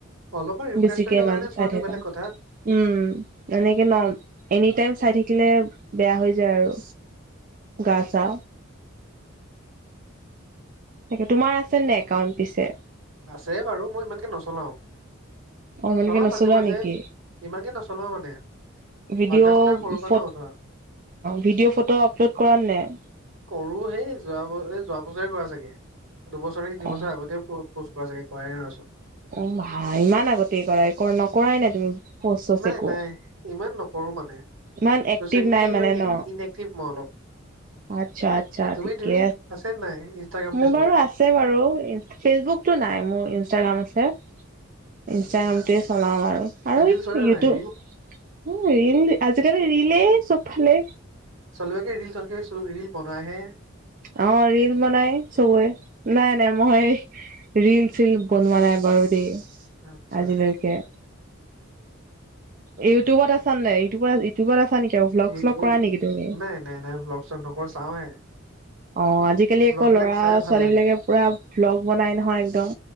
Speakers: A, on the right; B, on the right.
A: অলপমান ৰিফ্ৰেছমেণ্টৰ
B: বেছিকে ইমান
A: কাৰণে
B: চাই
A: চোৱাটো
B: থাকা
A: বেলেগ কথা।
B: উম, এনেকে ন? এনি টাইম চাই থাকিলে বেয়া হৈ যায় আৰু। গাজা তাকে তোমাৰ আছে নে একাউণ্ট পিছে?
A: আছে বাৰু। মই ইমানকে নচলাও।
B: অ এনেকে
A: চলাও
B: নচলোৱা
A: মাজে-মাজে,
B: নেকি
A: ইমানকে নচলাও মানে।
B: ভিডিঅ'
A: অভ্যাসো নাই সৰুৰ পৰা
B: ফ,
A: ন ধৰা
B: ভিডিঅ', ফটো আপলোড কৰা নে নাই?
A: কৰো সেই যোৱা ব যোৱা বছৰে কৰা চাগে। দুবছৰে নে তিনিবছৰ
B: অ
A: আগতে পোষ্ট কৰা চাগে। কৰাই নাই তাৰপিছত।
B: অ, ভাই ইমান আগতেই কৰাই, নকৰাই নে তুমি? পষ্ট চষ্ট
A: নাই,
B: একো
A: নাই ইমান নকৰো মানে।
B: ইমান
A: চচিয়েলি
B: এক্টিভ নাই মানে
A: ইমান
B: ন
A: ইনক্টিভ মই অলপ।
B: আচ্ছা আচ্ছা
A: তুমি
B: ঠিকে
A: তুমি? আছে নে নাই ইনষ্টাগ্ৰাম,
B: মোৰ
A: ফেচবুক?
B: বাৰু আছে বাৰু ফেচবুকটো নাই মোৰ, ইনষ্টাগ্ৰাম আছে। ইনষ্টাগ্ৰামটোৱে
A: আচ্ছা
B: চলাও আৰু আৰু
A: ৰিল
B: এই
A: চলে
B: ইউটিউব
A: নাই ৰিল
B: ৰিল আজি-কালি ৰিলে চবফালে।
A: ছোৱালীবিলাকে ৰিল চোৱাতকে ৰিল বনাই হে।
B: অ ৰিল বনাই চবৰে। নাই, নাই মই ৰিল-চিল বনোৱা নাই বাৰু দেই
A: আচ্ছা
B: আজিলৈকে। ইউটিউবত আছা নাই? ইউটিউবত ইউটিউবত আছা নেকি? আকৌ ভ্লগ-শ্লগ
A: এই
B: কৰা
A: এই
B: নেকি তুমিও?
A: নাই নাই নাই ব্লগ চগ নকৰো চাওঁহে
B: অ, আজি-কালি
A: ব্লগ
B: আকৌ
A: বিলাক
B: ল'ৰা-ছোৱালীবিলাকে
A: চাই ভাল লাগে
B: পুৰা ভ্লগ বনাই নহয় একদম।